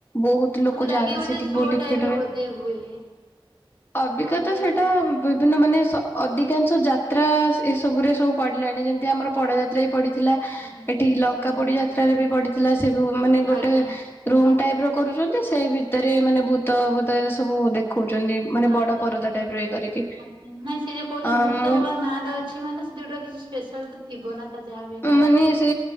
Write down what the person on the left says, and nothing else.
ବହୁତ ଲୋକ
ଯାଆନ୍ତି
ସେଠିକି
ବି ଟିକେଟ
ହୁଏ
ଅବିକା
ତ ସେଇଟା ବିଭିନ୍ନ ମାନେ ଅଧିକାଂଶ ଯାତ୍ରା ଏ ସବୁରେ ସବୁ ପଡିଲାଣି ଯେମିତି ଆମର ପଡେ ଯାତ୍ରା ଯାତ୍ର ବି ପଡିଥିଲା
ଏଠି ଲଙ୍କା
ପୋଡି ଯାତ୍ରାରେ ବି ପଡିଥିଲା ସେବୁ ମାନେ ଗୋଟେ
ରୁମ ଟାଇପ୍ ର କରୁଛନ୍ତି ସେଇ ଭିତରେ ମାନେ ଭୂତ ଫୁତ ସବୁ ଦେଖଉଛନ୍ତି। ମାନେ
ବଡ ପରଦା
ଟାଇପ ର ଇଏ କରିକି
ଆ
ମୁଁ
ଓ ମାନେ ସେ